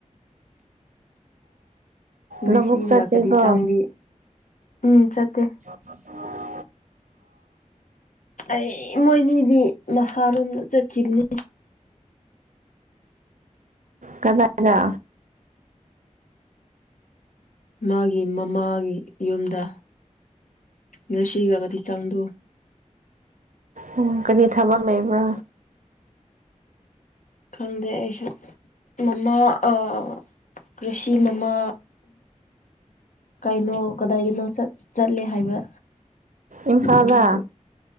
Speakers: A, on the left (about 80°); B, on the right (about 85°).
A: <unintelligible>
B: ꯂꯧꯕꯨꯛ ꯆꯠꯇꯦꯀꯣ
A: ꯆꯪꯗꯤ ꯎꯝ ꯆꯠꯇꯦ
B: <inaudible>
A: ꯑꯩ ꯃꯣꯏꯅꯤꯗꯤ ꯅꯍꯥꯔꯣꯟꯒ ꯆꯠꯈꯤꯕꯅꯦ
B: ꯀꯗꯥꯏꯗ
A: ꯃꯥꯒꯤ ꯃꯃꯥꯒꯤ ꯌꯨꯝꯗ ꯉꯥꯁꯤꯒꯒꯗꯤ ꯆꯪꯗꯨ
B: ꯑꯣ ꯀꯔꯤ ꯊꯥꯕꯛ ꯂꯩꯕ꯭ꯔꯥ
A: ꯈꯪꯗꯦ ꯑꯩꯁꯨ ꯃꯃꯥ ꯑꯥ ꯀ꯭ꯔꯤꯁꯤ ꯃꯃꯥ ꯀꯩꯅꯣ ꯀꯗꯥꯏꯅꯣ ꯆꯠ ꯆꯠꯂꯦ ꯍꯥꯏꯕ
B: ꯏꯝꯐꯥꯜꯗ
A: ꯑꯗꯨꯒꯤ